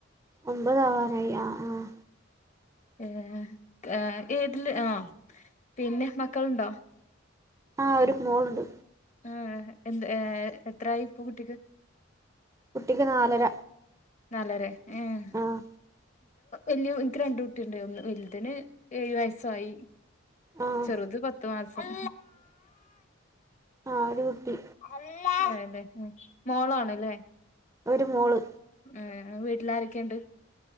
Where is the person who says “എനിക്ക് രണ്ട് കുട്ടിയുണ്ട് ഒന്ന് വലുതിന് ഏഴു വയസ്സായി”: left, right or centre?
Left